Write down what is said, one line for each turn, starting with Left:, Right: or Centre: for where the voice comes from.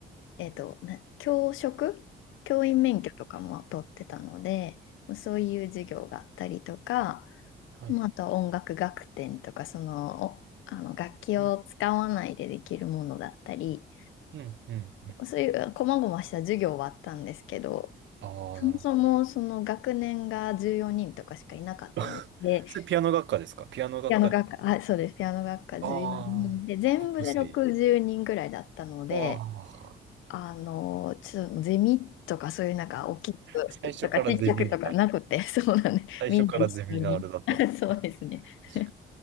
Left: えっと、ね教職、教員免許とかも取ってたので、そういう授業があったりとか、
Right: はい。
Left: まあ、あとは音楽学点とか、その、お、あの楽器を使わないでできるものだったり、
Right: うん、うん、うん。
Left: そういう細々した授業はあったんですけど、
Right: ああ、
Left: そもそもその学年が14人とかしかいなかったので、
Right: なるほど。<laughs> それピアノ学科ですかピアノ学科で。
Left: ピアノ学科、あ、そうです、ピアノ学科14人で、
Right: ああ、
Left: 全部で60人ぐらいだったので、
Right: 特性。ああ、
Left: あの、ちょっとゼミとかそういうなんか大きく
Right: 最初からゼミみたいな。
Left: とかちっちゃくとかなくて、<laughs> そうなんです。
Right: 最初からゼミナールだった。
Left: みんな一緒に。<laughs>
Right: 確
Left: そうですね。
Right: かに
Left: <laughs> っ